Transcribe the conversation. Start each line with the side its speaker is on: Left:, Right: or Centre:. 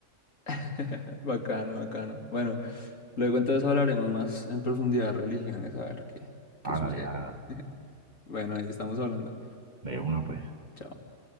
Left: <laughs> Bacano, bacano. Bueno, luego entonces hablaremos más en profundidad de religiones, a ver qué, qué
Right: Hágale,
Left: sucede.
Right: hágale.
Left: <laughs> Bueno, ahí estamos hablando.
Right: De una, pues.
Left: Chao.